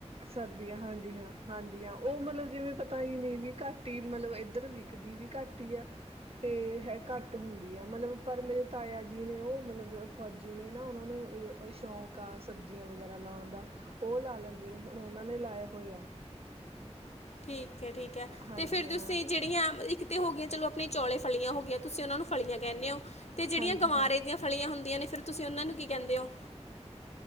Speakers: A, on the right; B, on the left.
A: ਸਰਦੀਆਂ, ਹਾਂਜੀ ਹਾਂ। ਹਾਂਜੀ ਹਾਂ, ਓ ਮਲਬ ਜਿਵੇਂ ਪਤਾ ਈ ਨਈ ਵੀ ਘਾੱਟ ਈ ਮਲਬ ਏੱਦਰ ਵਿਕਦੀ ਵੀ ਘਾੱਟ ਈ ਆ। ਤੇ ਹੈ ਘਾੱਟ ਹੁੰਦੀ ਆ ਮਲਬ ਪਰ ਮੇਰੇ ਤਾਏਆ ਜੀ ਨੇ, ਓ ਮਲਬ ਫੌਜੀ ਨੇ ਨਾ, ਓਨਾਂ ਨੂੰ ਅ ਕੋਈ ਸ਼ੌਂਕ ਆ ਸਬਜੀਆਂ ਵਗੈਰਾ ਲੋਨ ਦਾ, ਓ ਲਾ ਲੈਂਦੇ ਨੇ, ਹੁਨ ਓਨਾਂ ਨੇ ਲਾਏਆ ਹੋਏਆ।
B: ਠੀਕ ਐ, ਠੀਕ ਐ
A: ਹਾਂਜੀ
B: ਤੇ ਫੇਰ
A: ਹਾਂ
B: ਤੂਸੀ ਜੇੜੀਆਂ ਇੱਕ ਤੇ ਹੋ ਗੀਆਂ ਚਲੋ ਅਪਣੀ ਚੌਲੇ ਫਲੀਆਂ ਹੋ ਗੀਆਂ, ਤੂਸੀ ਓਨਾਂ ਨੂੰ ਫਲੀਆਂ ਕੈਨੇ ਓ, ਤੇ ਜੇੜੀਆਂ
A: ਹਾਂਜੀ
B: ਗਵਾਰੇ
A: ਹਾਂ
B: ਦੀਆਂ ਫਲੀਆਂ ਹੁੰਦੀਆਂ ਨੇ ਫੇਰ ਤੂਸੀ ਓਨਾਂ ਨੂੰ ਕੀ ਕੈਂਦੇ ਓ?